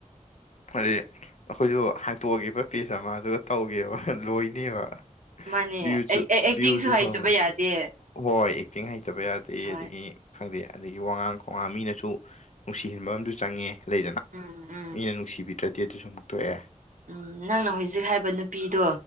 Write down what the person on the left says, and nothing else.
ꯍꯥꯏꯗꯤ ꯑꯩꯈꯣꯏꯁꯨ ꯍꯡꯇꯣꯛꯑꯒꯦꯕꯥ ꯄꯦꯖ ꯑꯃ ꯑꯗꯨꯒ ꯇꯧꯒꯦꯕ ꯂꯣꯏꯅꯦꯕ
ꯚ꯭ꯨꯁꯨ
ꯚ꯭ꯌꯨꯁꯨ
ꯐꯪꯉꯣꯏ
ꯍꯣꯏ ꯑꯦꯛꯇꯤꯡ ꯍꯩꯇꯕ ꯌꯥꯗꯦ
ꯑꯗꯒꯤ ꯈꯪꯗꯦ ꯑꯗꯒꯤ ꯋꯥꯉꯥꯡ ꯈꯣꯡꯉꯥꯡ ꯃꯤꯅꯁꯨ ꯅꯨꯡꯁꯤꯍꯟꯕ ꯑꯝꯁꯨ ꯆꯪꯉꯦ ꯂꯩꯗꯅ
ꯃꯤꯅ ꯅꯨꯡꯁꯤꯕꯤꯗ꯭ꯔꯗꯤ ꯑꯗꯨꯁꯨ ꯑꯃꯨꯛ ꯇꯣꯛꯑꯦ